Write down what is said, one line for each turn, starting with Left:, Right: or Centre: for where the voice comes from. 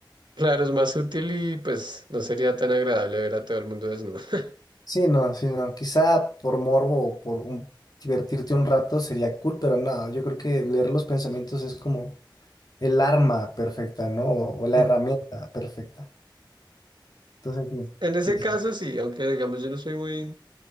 Right: Claro, es más útil y pues no sería tan agradable ver a todo el mundo desnudo. <laughs>
Left: Sí, no, sí, no. Quizá por morbo o por un- divertirte un rato sería cool, pero no, yo creo que leer los pensamientos es como el arma perfecta, ¿no? O, o la
Right: Hmm.
Left: herramienta perfecta. Entonces,
Right: En ese
Left: sí, sí,
Right: caso sí, aunque digamos yo no soy muy,